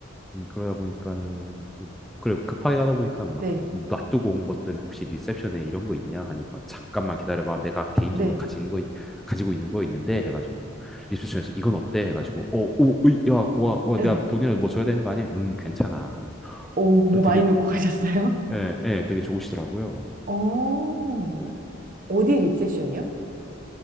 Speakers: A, in the centre; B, on the right.
A: 음, 그러다 보니까는 그- 그래 급하게 가다 보니까 막
B: 네.
A: 놔두고 온 것들 혹시 리셉션에 이런 거 있냐 하니까 잠깐만 기다려봐 내가 개인적으로
B: 네.
A: 가지는 거 있- 가지고 있는 거 있는데 해가지고 막 리셉션에서 이건 어때 해가지고 어오야와와
B: 네.
A: 내가 돈이라도 뭐 줘야 되는 거 아니야? 응 괜찮아 하면
B: 오, 뭐
A: 그 되게
B: 많이 놓고 가셨어요?
A: 음, 예, 예, 되게 좋으시더라고요.
B: 어,
A: 예.
B: 어디 립세션이요?